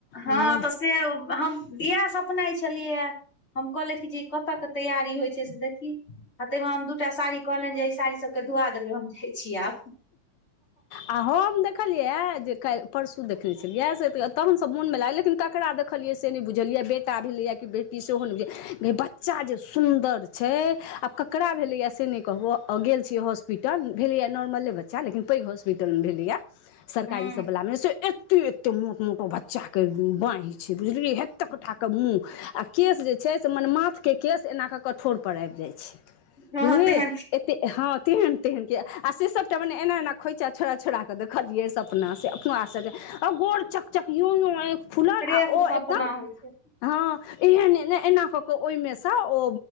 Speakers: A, on the left; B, on the left.
A: हँ
B: हाॅं
A: तऽ से हम इहा सपनाइ छलियै हम कहलेये जे ई कतय के तैयारी होइ छै से देखी आ ताहिमे हम दू टा साड़ी कहलनि जे ई साड़ी सभकेँ धोआ देबै हम जाइत छीिय आब
B: आ हम ने देखलिय जे क परसू देखलने छलियै से तहन सब मोन में लागल लेकिन ककरा द सिलियै से नहि बुझलियै बेटा भेलैएा कि बेटी सेहो नहि बुझल बच्चा जे सुन्दर छै आ ककरा भेलै या से नहि कहबो गेल छीियै हॉस्पिटल भेलेया नॉर्मल बच्चा लेकिन पैघ हॉस्पिटल भेलैएा सरकारी
A: हूँ
B: सब वला मे से एते एते मोट मोटो बच्चा के बाँहि छै बुझलिय एते कठ के मुँह आ केश जे छै से मनमाथके केश एना कऽ कठोर पर आबि जाइ छै
A: हँ
B: बुझलि
A: तेहन
B: एत हँ तेहन तेहन कि आ से सब मने एना एना खोइचा छोड़ा छोड़ के देखलियै से अपना से अपना आ के गोड़ चक चक आँख फुलल
A: फ्रेश
B: ओ
A: सपना
B: एकदम
A: होइ छै
B: हँ एहन ए ने एना कऽ कऽ ओहिमे सँ ओ